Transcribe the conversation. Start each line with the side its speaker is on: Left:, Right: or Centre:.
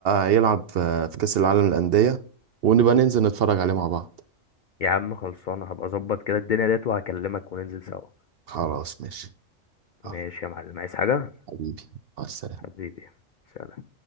Right: هيلعب في في كاس العالم للانديه ونبقى ننزل نتفرج عليه مع بعض
Left: يا عم خلصانه هبقى اظبط كده الدنيا ديت وهكلمك وننزل سوا
Right: خلاص ماشي
Left: ماشي
Right: يلا
Left: يا معلم عايز حاجة؟
Right: حبيبي مع السلامة
Left: حبيبي سلام